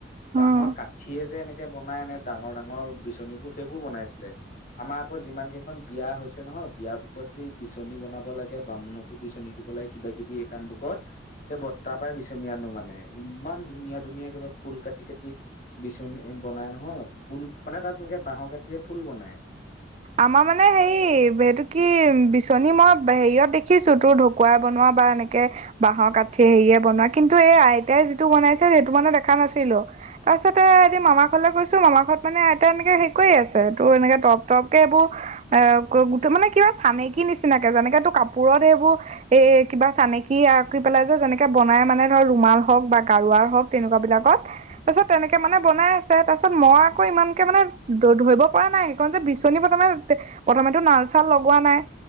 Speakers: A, on the right; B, on the left.
A: আমাৰ
B: বাঁাহৰ কাঠিয় যে এনেকে <inaudible> তাৰ পিছত সেই তাৰপিছত সেই বৰ্তাই আকৌ সেই ঢকুৱা বিচনীটো বনাই বনাইয়ে বাঁহৰ কাঠিয় যে এনেকে বনাই ইনে ডাঙৰ ডাঙৰ বিচনীবোৰ সেইবোৰ বনাইছিলে। আমাৰ আকৌ যিমান কে ইখন বিয়া হৈছে নহয় বিয় বোকত যে এই বিচনী বনাব লাগে, বামুণকো বিচনী দিব লাগে কিবা কিবি এই কামবোকত সেই বৰ্তাৰ পাইয়ে বিচনী আনো মানে ইমান ধুনীয়া ধুনীয়া কিবা ফুল কাটি কাটি বিচনী বনাই নহয় ফুল। মানে তাত এনেকে বাঁহৰ কাঠিয়ে ফুল বনায়।
A: আমাৰ মানে হেৰি এইটো কি বিচনী মই হেৰিয়ত দেখিছো তোৰ ঢকুৱাই বনোৱা বা এনেকে বাঁহৰ কাঠিয়ে হেৰিয়ে বনোৱা কিন্তু এই আইতাই যিটো বনাইছিল সেইটো মানে দেখা নাছিলো। তাৰপিছতে এদিন মামা ঘৰলে গৈছো মামা ঘৰত মানে আইতাই এনেকে হেৰি কৰি আছে তোৰ এনেকে টৰপ টৰপ কে এইবোৰ এ মানে কিবা চানেকি নিচিনাকে যেনেকে তোৰ কাপোৰত এইবোৰ এ কিবা চানেকি আঁকি পেলাই যে যেনেকে বনাই মানে ধৰ ৰুমাল হওঁক বা গাৰুৱাৰ হওঁক তেনেকুৱা বিলাকত তাৰপিছত তেনেকে মানে বনাই আছে তাৰপিছত মই
B: উম,
A: আকৌ ইমানকে মানে ধৰিব পৰা নাই সেইখন যে বিচ নী বনাব। প্ৰথমেটো নাল-চাল লগোৱা নাই